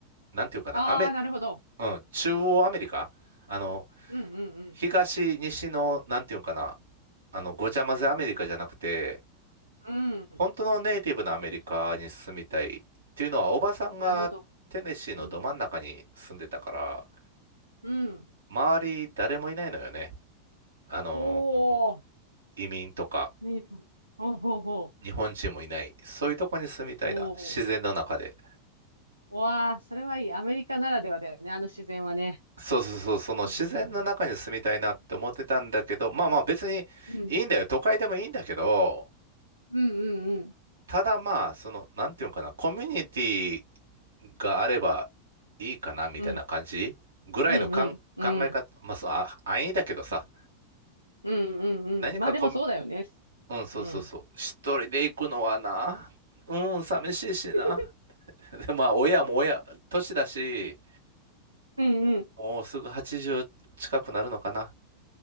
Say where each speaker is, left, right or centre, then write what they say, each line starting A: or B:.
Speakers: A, on the right; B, on the right.
A: なんていうのかな、
B: あー、
A: アメ、
B: なるほど。
A: うん、中央アメリカあの、
B: うんうん。うんうん
A: 東、西の、なんていうのかな、あの、ごちゃ混ぜアメリカじゃなくて、
B: うん。うん。
A: 本当のネイティブのアメリカに住みたいっていうのは、おばさんがテネシーのど真ん中に住んでたから、
B: なるほど。うんうん。うん。
A: 周り誰もいないのよね。あの、
B: ほー。
A: 移民とか
B: ネイバー。ほうほうほう。
A: 日本人もいない。そういうとこに住みたいな。
B: お
A: 自然の中で。
B: お。うわあ、それはいい。アメリカならではだよね。あの自然はね。
A: そうそうそう、その自然の中に住みたいなって思ってたんだけど、
B: いいな。
A: まあまあ別にいいんだよ。
B: うん。
A: 都会でもいいんだけど、
B: うんうんうん。
A: ただまあ、その、なんていうのかな、コミュニティがあればいいかなみたいな感じぐらいのかん考え方、
B: うん。うんうんうん。
A: まあ、そう、あ、安易だけどさ、
B: うんうんうん。
A: 何かコミ、
B: まあでもそうだよね。
A: うん、そうそうそう、
B: うん。
A: 一人で行くのはな、うん、寂しいしな。
B: <laughs>
A: <laughs> で、まあ、親も親、年だし、
B: うんうん。
A: もうすぐ80近くなるのかな。